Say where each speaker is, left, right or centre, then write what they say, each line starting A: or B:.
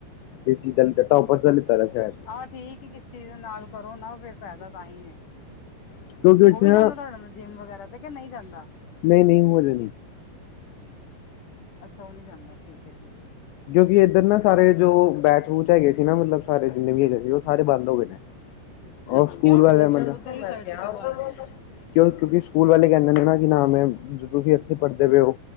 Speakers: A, on the left (about 80°); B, on the left (about 45°).
A: ਕਿਸ ਚੀਜ਼ ਦਾ ਲ
B: ਅੱਛਾ ਅੱਛਾ
A: <inaudible>
B: ਹਾਂ ਠੀਕ ਆ ਕਿਸ ਚੀਜ਼ ਨਾਲ ਕਰੋ ਨਾਂ ਫੇਰ ਫਾਇਦਾ ਤਾਂ ਈ ਏ।
A: ਕਿਉਂਕਿ
B: ਉਹ
A: ਉੱਥੇ
B: ਵੀ
A: ਨਾ
B: ਜਾਂਦਾ ਤੁਹਾਡੇ ਨਾਲ ਜਿੰਮ ਵਗੈਰਾ ਤੇ ਕਿ ਨਈਂ ਜਾਂਦਾ।
A: ਨਈਂ ਨਈਂ, ਹੋ ਜੇਗੀ।
B: ਅੱਛਾ ਉਹ ਨੀਂ ਜਾਂਦਾ, ਠੀਕ ਐ ਜੀ।
A: ਕਿਉਂਕਿ ਇੱਧਰ ਨਾਂ ਸਾਰੇ ਜੋ ਬੈਚ-ਵੂਚ ਹੈਗੇ ਸੀ ਨਾਂ ਮਤਲਬ ਸਾਰੇ ਜਿੰਦੇ ਵੀ ਹੈਗੇ ਸੀ ਉਹ ਸਾਰੇ ਬੰਦ ਹੋ ਗਏ। ਉਹ
B: ਅੱਛਾ
A: ਸਕੂਲ
B: ਕਿਉਂ
A: ਵਾਲਿਆਂ ਮਤਲਬ
B: ਉੱਧਰਲੀ ਸਾਈਡ ਤੇ ਕਿਉਂ ਬੰਦ
A: <unintelligible>
B: ਹੋ ਗਿਆ
A: ਕਿਉ? ਕਿਉਂਕਿ ਸਕੂਲ ਵਾਲੇ ਕਹਿੰਦੇਦੇ ਨਾਂ ਕਿ ਨਾਂ ਮੈਂ ਤੁਸੀਂ ਇੱਥੇ ਪੜ੍ਹਦੇ ਪਏ ਪੇਓ।